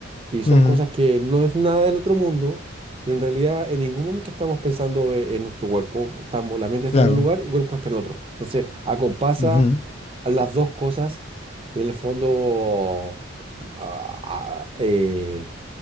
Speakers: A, on the right; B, on the left.
A: Y son
B: mm.
A: cosas que no es nada del otro mundo, pero en realidad en ningún momento estamos pensando e- en nuestro cuerpo. Estamos, la mente está
B: Claro,
A: en un lugar y el cuerpo está en otro. Entonces, acompasa
B: ujú.
A: a las dos cosas y en el fondo, ah, ah, eh,